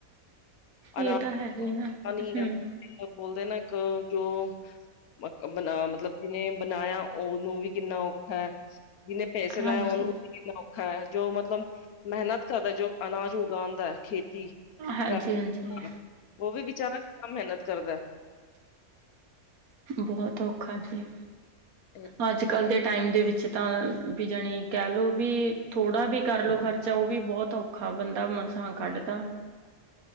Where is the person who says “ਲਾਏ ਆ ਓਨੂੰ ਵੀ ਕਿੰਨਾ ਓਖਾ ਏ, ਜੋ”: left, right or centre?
Left